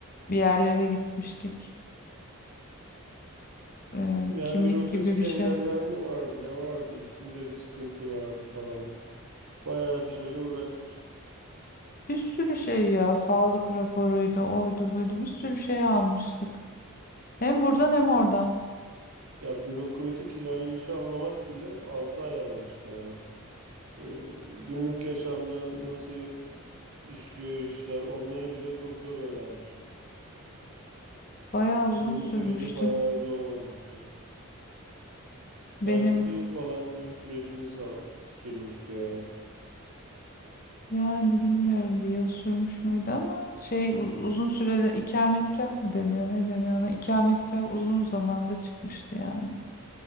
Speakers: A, on the left; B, on the right.
A: Bir yerlere gitmiştik. Ee,
B: Yani
A: kimlik
B: bürokrasik
A: gibi bir
B: engeller
A: şey.
B: mi vardı? Ne vardı? İsimde bir sıkıntı vardı falan. Bayağı bir şeyle uğraşmıştık.
A: Bir sürü şey ya sağlık raporuydu oydu buydu bir sürü şey almıştık. Hem buradan hem oradan.
B: Ya bürokratik ilerleyişi anlamak bile 6 ay almıştı yani. Ee, günlük yaşamda nasıl işliyor işler onları bile çok zor öğrenmiştik.
A: Bayağı uzun
B: Uyum
A: sürmüştü.
B: süreci bayağı zor olmuştu.
A: Benim
B: Belki bir yıl falan uyum sürecimiz al- sürmüştü yani.
A: yani bilmiyorum bir yıl sürmüş müydü ama şey u- uzun sürede ikametgah mı deniyor ne deniyor ona ikametgah uzun zamanda çıkmıştı yani.